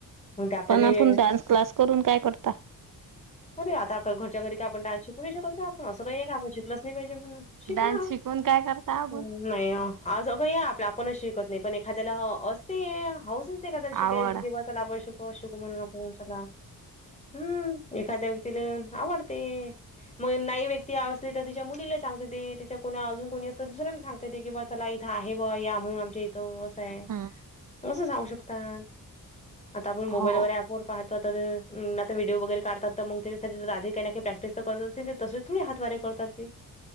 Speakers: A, on the left; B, on the right.
A: मग ते आपल्याले
B: पण आपण डान्स क्लास करून काय करता?
A: अरे आता घरच्या घरी काही आपण डान्स शिकू नाही शकत का आपण? असं काही आहे का आपण शिकलंच नाही पाहिजे म्हणून. शिका.
B: डान्स शिकून काय करता आपण?
A: हं, नाही हो. आज <unintelligible> आपणच शिकत नाही. पण एखाद्याला असते हौस असते. एखाद्याला शिकायची
B: आवड.
A: कि बा चला आपण शिकू शिकू म्हणून आपण चला. हम्म. एखाद्या व्यक्तीले आवडते. म नाई व्यक्ती आवडते तर तिच्या मुलीला सांगते ते. तिचं कोण अजून कोणी असंल त दुसऱ्याला सांगते ती की बा चला इथं आहे बुवा या म्हणून आमच्या इथं. त असय.
B: हम्म
A: असं सांगू शकतात. आता आपण मोबाईल
B: हो
A: अँप वर पाह- -ता त ते आता व्हिडिओ वगैरे काढतात तर मग त्यासाठी तर आधी काही नाही काही प्रॅक्टिस तर करत असतील ते तसेच- थोडी हातवारे करतात ते.